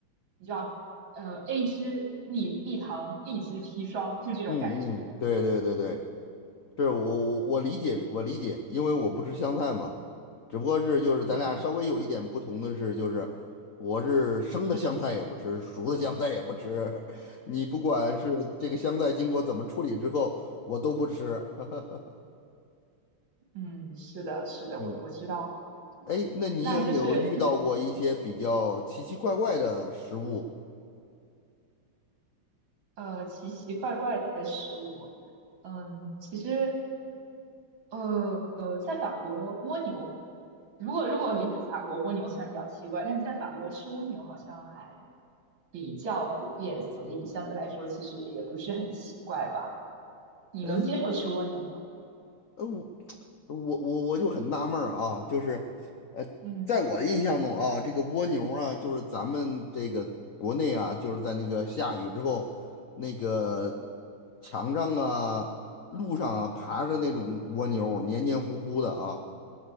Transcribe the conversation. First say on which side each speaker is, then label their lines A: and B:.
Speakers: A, on the right (about 65°); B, on the left (about 70°).
A: 你知道呃 A 汁蜜蜜糖，B 汁砒霜，就这种感觉。
B: 嗯嗯，对对对对，是我我我理解我理解，因为我不吃香菜嘛，只不过是就是咱俩稍微有一点不同的是，
A: 嗯。
B: 就是我是生的香菜也不吃，熟的香菜也不吃，<laughs> 你不管是这个香菜经过怎么处理之后，我都不吃。<laughs>
A: 嗯，是的，是的，
B: 嗯，
A: 我我知道，
B: 哎，那你有没有遇到过一些比较奇奇怪怪的食物？
A: 那就是就是呃奇奇怪怪的食物，嗯，其实呃呃，在法国蜗牛，如果如果离开法国，蜗牛算比较奇怪，但是在法国吃蜗牛好像还比较普遍，所以相对来说其实也不是很奇怪吧？你能接受吃蜗牛吗？
B: 哎，呃，我我我我就很纳闷儿啊，就是。
A: 嗯
B: 在我的印象中啊，这个蜗牛啊，就是咱们这个国内啊，就是在那个下雨之后，那个墙上啊、路上啊爬着那种蜗牛，黏黏糊糊的啊。